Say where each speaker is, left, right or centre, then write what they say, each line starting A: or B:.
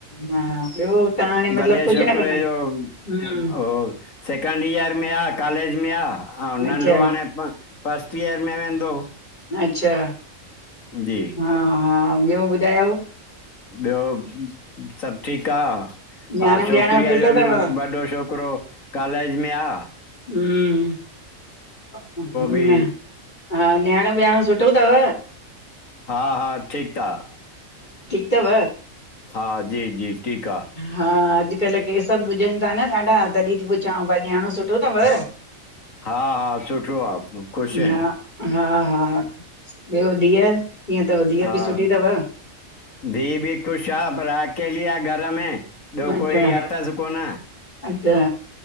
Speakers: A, on the left; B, on the left.
A: हा ॿियो तव्हां हाणे मतिलबु
B: वॾे
A: कुझु
B: छोकिरे
A: न कंदा आहियो?
B: जो
A: हम्म
B: हो सेकेंड ईयर में आह कॉलेज जिम में आं अऊं,
A: अच्छा
B: नंढो हाणे फस्ट ईयर में वेंदो।
A: अच्छा
B: जी
A: हा हा ॿियो ॿुधायो
B: ॿियो सभु ठीकु आह?
A: न्याणो
B: हा छोकिरीअ
A: ॿ्याणो सुठो
B: जो
A: अथव?
B: बि वॾो छोकिरो कॉलेज में आह।
A: हूं। हा,
B: बि
A: न्याणो-ब्याणो सुठ्ठो तव?
B: हा-हा, ठीक आं।
A: तेव
B: हा जी जी ठीकु आ
A: हा अॼुकल्ह केस हुजनि ता न ॾाढा तॾहिं थी पुछांव भई न्याणो सुठो तव?
B: हा हा, सुठो आहे ख़ुशि आहिनि
A: हा हा हा ॿियो धीअ कीअं तव धीअ
B: हा
A: बि सुठी तव?
B: धीअ बि ख़ुश आ पर आकेली। छा घरि में ॿियो
A: अच्छा
B: कोई अथसि कोन।
A: अच्छा